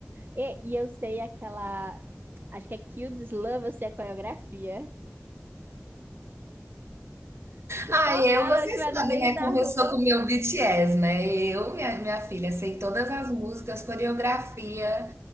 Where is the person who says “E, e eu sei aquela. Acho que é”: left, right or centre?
Right